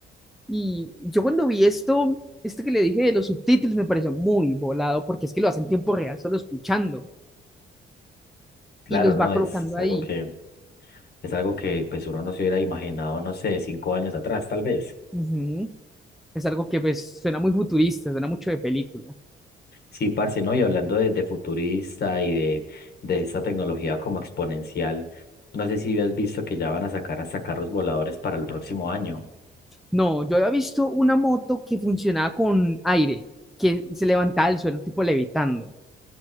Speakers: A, in the centre; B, on the left.
A: Y yo cuando vi esto, esto que le dije de los subtítulos me pareció muy volado porque es que lo hacen en tiempo real solo escuchando
B: Claro,
A: y los
B: ¿no?
A: va colocando
B: Es
A: ahí.
B: algo que, es algo que pues uno no se hubiera imaginado, no sé, cinco años atrás, tal vez.
A: Ujú. Es algo que pues suena muy futurista, suena mucho de película.
B: Sí, parce, ¿no? Y hablando de, de futurista y de, de esa tecnología como exponencial, no sé si has visto que ya van a sacar hasta carros voladores para el próximo año.
A: No, yo había visto una moto que funcionaba con aire, que se levantaba del suelo tipo levitando.